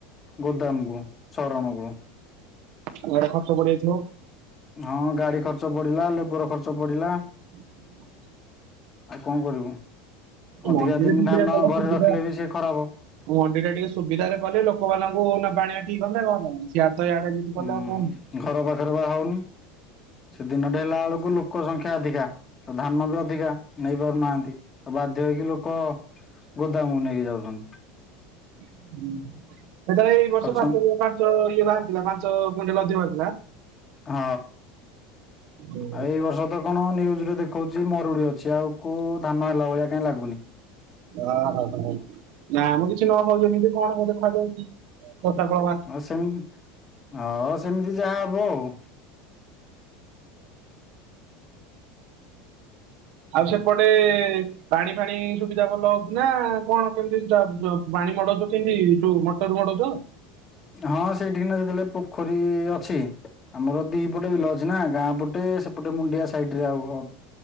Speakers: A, on the left (about 30°); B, on the right (about 65°).
A: ଗୋଦାମ କୁ ଶରଣ କୁଳ।
B: ଗୁଡାଏ ଖର୍ଚ୍ଚ ପଡିଯାଇଥିବ?
A: ହଁ ଗାଡି ଖର୍ଚ୍ଚ ପଡିଲା ଲେବର ଖର୍ଚ୍ଚ ପଡିଲା।
B: <unintelligible>
A: ଆଉ କଣ କରିବୁ ଅଧିକା
B: ମଣ୍ଡିରେ
A: ଦିନି
B: ବିକିଲେ
A: ଧାନ
B: ଭଲ
A: ଘରେ
B: ସୁବିଧା
A: ରଖିଲେ ବି ସେ ଖରାପ।
B: ମଣ୍ଡି ଟା ଟିକେ ସୁବିଧାାରେ କଲେ ଲୋକମାନଙ୍କୁ ନବା ଆଣିଆ ଠିକ୍ ହୁଅନ୍ତା ଭଲ ସିଆଡେ ତ ଆଇଡେ
A: ଉଁ
B: ଗଲେ ଆଉ କନ୍?
A: ଘର ପାଖରେ ବାହା ହଉନି ସେ ଦିନଟି ହେଲା ବେଳକୁ ଲୋକ ସଂଖ୍ୟା ଅଧିକା। ତ ଧାନ ବି ଅଧିକା ନେଇ ପାରୁନାହାନ୍ତି ତ ବାଧ୍ୟ ହେଇକି ଲୋକ ଗୋଦାମକୁ ନେଇକି ଯାଉଚନ୍ତି।
B: ସେତେବେଳେ ଏଇ ବର୍ଷ
A: ଖର୍ଚ୍ଚ
B: ପାର୍ କରିଗଲା। ଇଏ ବାହାରିଥିଲା ପାଞ୍ଚ କୁଇଣ୍ଟାଲ ଅଧିକ ବାହାରିଥିଲା।
A: ହ।
B: ହୁଁ
A: ଆଉ ଏଇ ବର୍ଷ ତ କଣ ନିନ୍ୟୁଜରେ ଦେଖଉଚି ମରୁଡି ଅଛି ଆଉ କୋଉ ଧାନ ହେଲା ଭଳିଆ କାଇଁ ଲାଗୁନି।
B: ଓହ ହ ନା ମ କିଛି ନ ହଉଚି ଏତେ କଣ ହବ ଦେଖାଯାଉ। କଟ କଣ
A: ଆଉ ସେମିତି ହ ସେମିତି ଯାହା ହବ ଆଉ।
B: ଆଉ ସେପଟେ ପାଣି ଫାଣି ସୁବିଧା ଭଲ ହଉଚି ନା କଣ କେମିତି ପାଣି ଚ ପାଣି ମାଡ କରୁଚନ୍ତି। ଯୋଉ ମଟ୍ ମଟର ମଡଉଚ?
A: ହଁ ସେଇଠି କିନା ଯେତେବେଳେ ପୋଖରୀ ଅଛି ଆମର ଦି ଦି ପଟେ ବିଲ ଅଛି ନା ଗାଁ ପଟେ ସେପଟେ ମୁଣ୍ଡିଆ ସାଇଟି ରେ ଆଉ ଘର